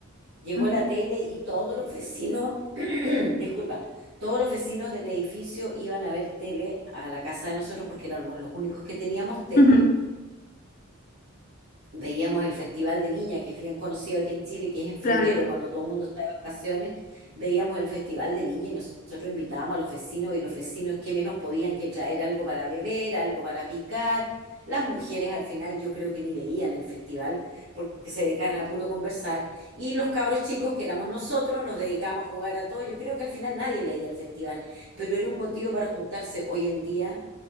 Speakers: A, on the right (about 70°); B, on the left (about 40°).
A: Llegó
B: ujú,
A: la tele y todos los vecinos, <clears throat> disculpa, todos los vecinos del edificio iban a ver tele a la casa de nosotros porque éramos los únicos que teníamos tele.
B: ujú,
A: Veíamos el Festival de Viña, que es bien conocido aquí en Chile, que es en febrero,
B: Claro.
A: cuando todo el mundo está de vacaciones. Veíamos el Festival de Viña y nosotros invitábamos a los vecinos y los vecinos que menos podían que traer algo para beber, algo para picar. Las mujeres al final yo creo que ni veían el festival porque se dedicaban a puro conversar. Y los cabros chicos que éramos nosotros nos dedicábamos a jugar a todo. Yo creo que al final nadie veía el festival, pero era un motivo para juntarse. Hoy en día